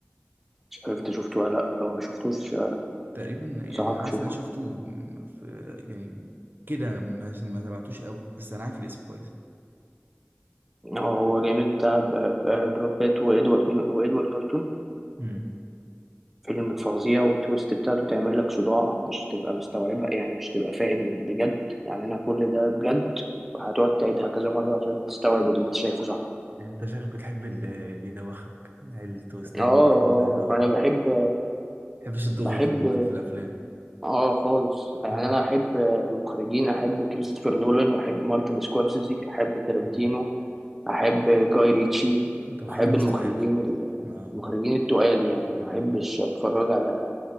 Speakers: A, in the centre; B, on the right.
A: مش عارف انت شفته ولا لا لو ما شفتوش
B: تقريبا يعني
A: انصحك
B: حاسس
A: تشوفه
B: ان انا شفته في يعني كده ما ما تبعتوش قوي بس انا عارف الاسم كويس
A: هو هو جامد بتاع ب- ب- براد بيت وادوارد وادوارد نورتون
B: امم
A: فيلم فظيع والتويست بتاعته تعمل لك صداع مش هتبقى مستوعبها يعني مش هتبقى فاهم بجد يعني انا كل ده بجد هتقعد تعيدها كذا مرة عشان تستوعب اللي انت شايفه صح
B: انت شكلك بتحب ال- اللي يدوخك التوستات
A: اه مم. اه
B: ولا اه
A: انا
B: ما
A: بحب
B: بتحبش الدغري
A: بحب
B: في الم... في الافلام
A: اه خالص يعني
B: مم.
A: انا احب المخرجين احب كريستوفر نولان واحب مارتن سكورسيزي احب تارنتينو
B: امم
A: احب جاي ريتشي
B: انت واخد
A: احب
B: ناس
A: المخرجين
B: تقال قوي
A: ال-
B: اه
A: المخرجين التقال يعني
B: امم
A: ما احبش اتفرج على